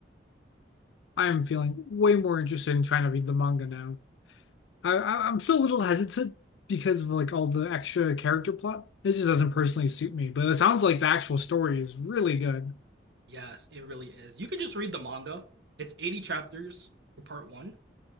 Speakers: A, on the left; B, on the right.
A: I'm feeling way more interested in trying to read the manga now. I, I I'm still a little hesitant because of like all the extra character plot. It just doesn't personally suit me. But it sounds like the actual story is really good.
B: Yes, it really is. You could just read the manga. It's 80 chapters for part one,